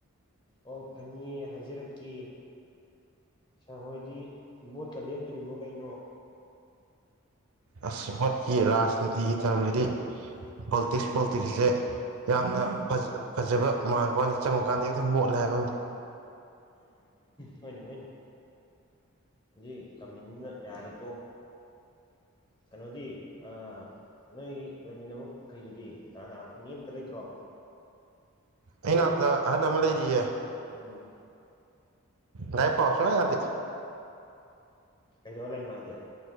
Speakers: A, on the left; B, on the right.
A: ꯑꯣ ꯐꯅꯤꯌꯦ ꯍꯥꯏꯖꯔꯛꯀꯦ ꯁꯥꯔ ꯍꯣꯏꯗꯤ ꯕꯣꯠꯀ ꯂꯦꯞꯇꯣꯔꯤꯕꯣ ꯀꯩꯅꯣ꯫
B: ꯑꯁ ꯄꯣꯠꯀꯤ ꯔꯥꯖꯅꯤꯇꯤꯒꯤ ꯊꯧꯔꯝꯁꯤꯗꯤ ꯄꯣꯜꯇꯤꯛꯁ ꯄꯣꯜꯇꯤꯛꯁꯁꯦ ꯌꯥꯝꯅ ꯐ ꯐꯖꯕ ꯃꯃꯥꯟꯕꯅꯤ ꯆꯪꯉꯨ ꯀꯥꯟꯗꯗꯤ ꯍꯦꯛꯇ ꯃꯣꯠꯂꯦ ꯍꯥꯏꯕ ꯃꯅꯨꯡꯗ꯫
A: ꯍꯣꯏꯅꯦ ꯍꯣꯏꯅꯦ ꯁꯤ ꯀꯝꯃꯤꯟ ꯑꯃꯥ ꯌꯥꯔꯦꯇꯣ꯫ ꯀꯩꯅꯣꯗꯤ ꯑꯥ ꯅꯣꯏ ꯂꯩꯃꯤꯟꯅꯕ ꯃꯈꯩꯗꯨꯗꯤ ꯀꯅꯥ ꯀꯅꯥ ꯃꯤ ꯑꯃꯇ ꯂꯩꯇ꯭ꯔꯣ꯫
B: ꯑꯩ ꯉꯥꯛꯇ ꯑꯍꯟ ꯑꯃ ꯂꯩꯔꯤꯌꯦ꯫
A: ꯎꯝ
B: ꯂꯥꯏꯔꯤꯛ ꯄꯥꯎ ꯁꯨꯡꯌꯥ ꯌꯗꯦ
A: ꯀꯩꯗꯧ ꯂꯩ ꯃꯥꯗꯤ꯫